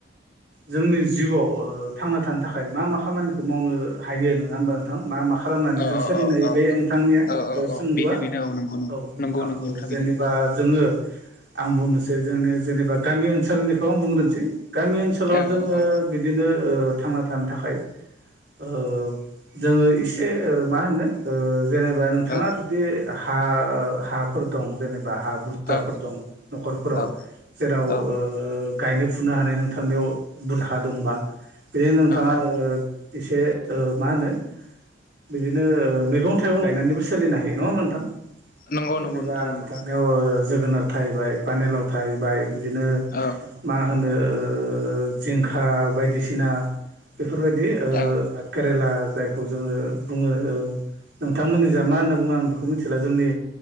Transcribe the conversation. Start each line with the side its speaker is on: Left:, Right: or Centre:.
Right: जोंनि जिउआव ओ थांना थानो थाखाय मा मा खामानिखौ मावनो हायो नङा होमबा नोंथां मा मा खालामनानै
Left: औ
Right: जों
Left: औ
Right: सोलिनायो
Left: औ औ
Right: बे नोंथांनिया
Left: औ औ औ
Right: सोंलुआ
Left: बेनो बेनो नंगौ नंगौ
Right: औ नोंथां
Left: नंगौ नंगौ
Right: औ जेनेबा
Left: बेनो
Right: जोङो आं बुंनोसै जोंनि जेनेबा गामि ओनसोलनिखौ आं बुंग्रोनोसै गामि ओनसोलाव
Left: औ
Right: जोङो
Left: औ
Right: बिदिनो ओ थांना थानो थाखाय ओ जोङो एसे ओ मा होनो ओ जेनेबा नोंथाङा
Left: औ
Right: जुदि हा ओ हाफोर दं जेनेबा हा बुरजा
Left: औ
Right: फुजाफोर दं न'खरफोराव
Left: औ
Right: जेराव
Left: औ
Right: ओ ओ गायनो फुनो हानाय नोंथांनियाव दुलहा दंबा बिदिनो नोंथाङा
Left: औ
Right: एसे ओ मा होनो बिदिनो ओ मैगं थाइगं गायनानैबो सोलिनो हायो नङा होमबा नोंथां।
Left: नंगौ
Right: जेनेबा
Left: नंगौ नोंथां नंगौ
Right: नोंथांनियाव जोगोनार थाहैबाय पानिलाव थाहैबाय बिदिनो
Left: औ
Right: मा होनो ओ जिंखा बायदिसिना बेफोरबायदि ओ
Left: औ
Right: भात केरेला जायखौ जोङो बुङो नोंथांमोननि जा मा होनना बुङो आं बेखौ मिथिला जोंनि